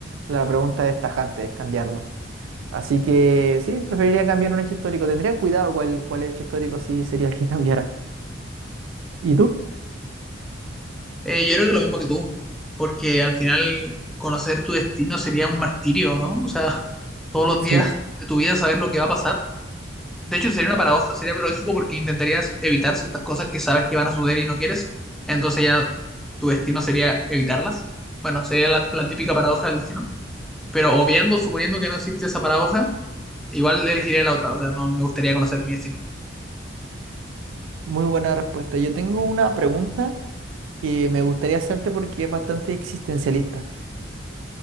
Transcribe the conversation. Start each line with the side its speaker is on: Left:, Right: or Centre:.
Right: la pregunta es tajante, es cambiarlo. Así que sí, preferiría cambiar un hecho histórico. Tendría cuidado cuál, cuál hecho histórico sí sería el que <laughs> cambiara. ¿Y tú?
Centre: Eh, yo creo que lo mismo que tú, porque al final conocer tu destino sería un martirio, ¿no? O sea, todos los
Right: Sí,
Centre: días de tu vida saber lo que va a pasar. De hecho, sería una paradoja, sería paradójico porque intentarías evitar ciertas cosas que sabes que van a suceder y no quieres. Entonces ya tu destino sería evitarlas. Bueno, sería la, la típica paradoja del destino. Pero obviando, suponiendo que no existe esa paradoja, igual elegiría la otra. O sea, no me gustaría conocer mi destino.
Right: muy buena respuesta. Yo tengo una pregunta que me gustaría hacerte porque es bastante existencialista.